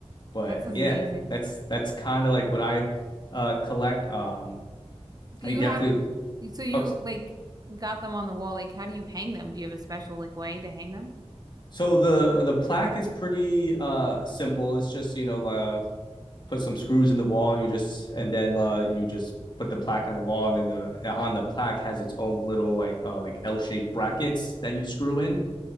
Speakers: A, on the left (about 45°); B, on the right (about 35°).
A: but
B: That's amazing.
A: yeah, that's that's kind of like what I uh, collect. Um,
B: Do
A: I
B: you
A: definitely.
B: have, so you
A: Oh,
B: like got them on the wall. Like, how do you hang them? Do you have a special like way to hang them?
A: so the the plaque is pretty uh, simple. It's just you know uh, put some screws in the wall. You just and then uh, you just put the plaque on the wall, and then the on the plaque has its own little like uh, like L shaped brackets that you screw in